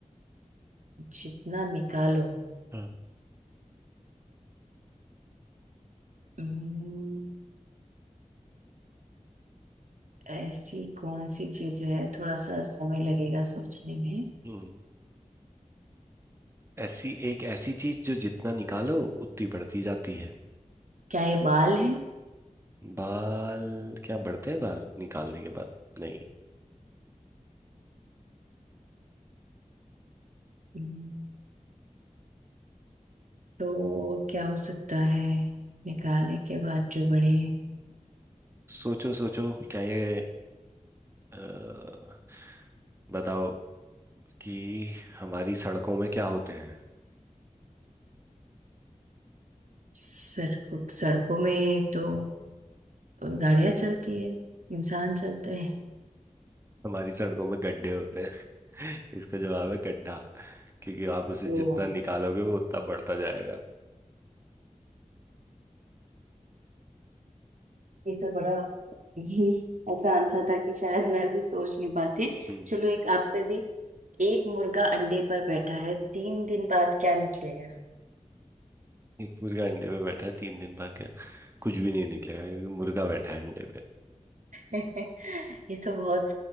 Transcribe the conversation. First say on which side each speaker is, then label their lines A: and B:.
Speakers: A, on the right; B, on the right.
A: जितना निकालो
B: हाँ
A: हम्म, ऐसी कौन सी चीज है थोड़ा सा समय लगेगा सोचने में
B: हम्म ऐसी एक ऐसी चीज जो जितना निकालो उतनी बढ़ती जाती है
A: क्या ये बाल है
B: बाल क्या बढ़ते हैं बाल निकालने के बाद नहीं
A: हम्म, तो क्या हो सकता है निकालने के बाद जो बड़े
B: सोचो सोचो क्या ये अ, बताओ कि हमारी सड़कों में क्या होते हैं
A: सड़कों सड़कों में तो गाड़ियां चलती है इंसान चलते हैं
B: हमारी सड़कों में गड्ढे होते हैं <laughs> इसका जवाब है गड्ढा क्योंकि आप उसे
A: तो
B: जितना निकालोगे वो उतना बढ़ता जाएगा
A: ये तो बड़ा ही ऐसा आंसर था कि शायद मैं भी सोच नहीं पाती
B: हम्म
A: चलो एक आपसे भी एक मुर्गा अंडे पर बैठा है तीन दिन बाद क्या निकलेगा
B: एक मुर्गा अंडे में बैठा है तीन दिन बाकी है। कुछ भी नहीं निकलेगा क्योंकि मुर्गा बैठा है अंडे पे
A: ये तो बहुत